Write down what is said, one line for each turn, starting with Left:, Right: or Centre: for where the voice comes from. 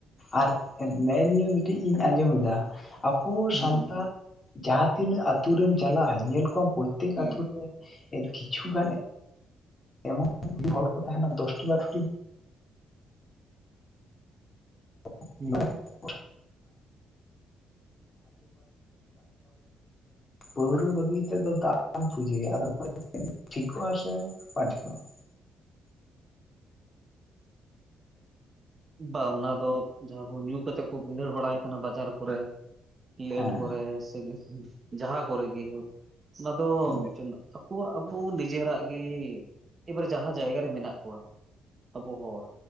Left: ᱟᱨ ᱱᱮᱜᱼ ᱱᱤᱭᱟᱹ ᱢᱤᱫᱴᱤᱡ ᱤᱧ ᱟᱸᱡᱚᱢ ᱤᱫᱟ ᱟᱵᱚ
Right: ᱦᱩᱸ
Left: ᱥᱟᱱᱛᱟᱲ ᱡᱟᱦᱟᱸ ᱛᱤᱱᱟᱹᱜ ᱟᱛᱳ ᱨᱮᱢ ᱪᱟᱞᱟᱜᱼᱟ ᱧᱮᱞ ᱠᱚᱢ ᱯᱚᱨᱛᱮᱠ
Right: ᱦᱩᱸ
Left: ᱟᱛᱩ ᱨᱮ ᱠᱤᱪᱷᱩ ᱜᱟᱱ ᱮᱢᱚᱱ ᱦᱚᱲ ᱠᱚ ᱛᱟᱦᱮᱱᱟ ᱫᱚᱥᱴᱤ ᱵᱟᱨᱚᱴᱤ <unintelligible>
Right: ᱦᱩᱸ
Left: ᱯᱟᱹᱣᱨᱟᱹ ᱵᱟᱹᱜᱤ ᱛᱮᱫᱚ ᱫᱟᱜ ᱯᱩᱡᱟᱹᱭᱟ ᱟᱫᱚ ᱚᱱᱟ ᱴᱷᱤᱠᱚᱜ ᱟ ᱥᱮ ᱵᱟᱝ ᱴᱷᱤᱠᱚᱜᱼᱟ
Right: <inaudible> ᱵᱟ ᱚᱱᱟ ᱫᱚ ᱡᱟᱦᱟᱸ ᱠᱚ ᱧᱩ ᱠᱟᱛᱮᱫ ᱠᱚ ᱵᱷᱤᱸᱫᱟᱹᱲ ᱵᱟᱲᱟᱭ ᱠᱟᱱᱟ ᱵᱟᱡᱟᱨ ᱠᱚᱨᱮ ᱞᱮᱴ
Left: ᱦᱮᱸ
Right: ᱠᱚᱨᱮ ᱥᱮ ᱡᱟᱦᱟᱸ ᱠᱚᱨᱮᱜ ᱜᱮ ᱦᱳᱠ ᱚᱱᱟ ᱫᱚ
Left: ᱦᱮᱸ
Right: ᱟᱠᱩ ᱟᱜ ᱟᱵᱚ ᱱᱤᱡᱮᱨᱟᱜ ᱜᱮ ᱮᱵᱟᱨ ᱡᱟᱦᱟᱸ ᱡᱟᱭᱜᱟ ᱨᱮ ᱢᱮᱱᱟᱜ ᱠᱚᱣᱟ ᱟᱵᱚ ᱦᱚᱲ